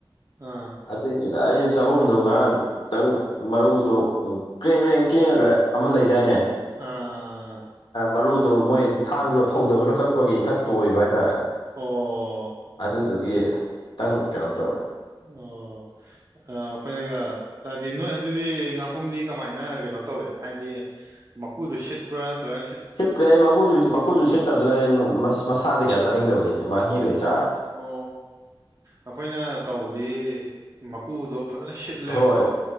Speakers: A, on the right (about 40°); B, on the left (about 65°).
A: ꯑ
B: ꯑꯗꯨꯏꯅꯤꯗ ꯑꯩꯁꯨ ꯆꯥꯕꯝꯗꯣ ꯉꯔꯥꯡ ꯈꯤꯇꯪ ꯃꯔꯨꯗꯣ ꯀ꯭ꯔꯦꯡ ꯀ꯭ꯔꯦꯡ ꯀꯦꯡꯉꯒ ꯑꯃ ꯂꯩꯗꯥꯏꯅꯦ
A: ꯑꯥ ꯑ ꯑ ꯑ
B: ꯃꯔꯨꯗꯨ ꯃꯣꯏ ꯊꯥꯡꯗꯣ ꯊꯧꯗꯕꯅ ꯀꯛꯄꯒꯤ ꯈꯔ ꯇꯣꯏꯕ ꯍꯥꯏꯇꯥꯔꯦ
A: ꯑꯣ
B: ꯑꯗꯨꯗꯨꯒꯤ ꯈꯤꯇꯪ ꯀꯩꯅꯣ ꯇꯧꯔꯦ
A: ꯑꯣ ꯑ ꯑꯩꯈꯣꯏꯅꯒ ꯍꯥꯏꯗꯤ ꯅꯣꯏ ꯑꯗꯨꯗꯤ ꯉꯥꯄꯨꯝꯗꯤ ꯀꯃꯥꯏꯅ ꯀꯩꯅꯣ ꯇꯧꯋꯦ ꯍꯥꯏꯗꯤ ꯃꯀꯨꯗꯨ ꯎꯁꯠ ꯄ꯭ꯔ ꯅꯠꯇꯔꯒ
B: ꯁꯤꯠꯇ꯭ꯔꯦ ꯑꯩ ꯃꯀꯨꯁꯨꯨ ꯃꯀꯨꯁꯨ ꯁꯤꯠꯇꯕꯗꯨꯗ ꯑꯩ ꯃꯁꯥꯗꯤ ꯀꯌꯥ ꯆꯥꯅꯤꯡꯗꯕ ꯑꯩꯁꯦ ꯃꯍꯤꯗ ꯑꯣꯏꯅ ꯆꯥꯔꯕꯅꯤ
A: ꯑꯣ ꯑꯩꯈꯣꯏꯅ ꯇꯧꯕꯗꯤ ꯃꯀꯨꯗꯣ ꯐꯖꯅ ꯁꯤꯠꯂꯦꯕꯀꯣ
B: ꯍꯣꯏ